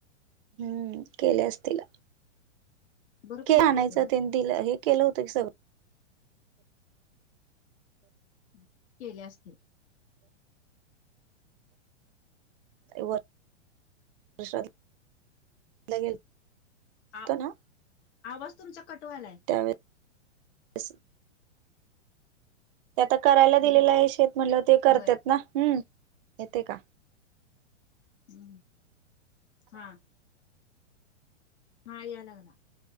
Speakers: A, on the right; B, on the left.
A: हम्म केल्या असतिला.
B: बरं पडतंय
A: के आणायचं
B: ग तेवढं
A: त्यांनी दिलं हे केलं होतं कि सगळं.
B: मं केल्या असतील.
A: वर्षश्राद्धला गेलतोना
B: आ आवाज तुमचा कटवायलाय.
A: त्यामुळे असं ते आता करायला दिलेलं
B: हॅलो
A: आहे शेत म्हणल्यावर ते करत्यात
B: होय
A: ना. हम् येतंय का?
B: हम्म हा हा याया लागला.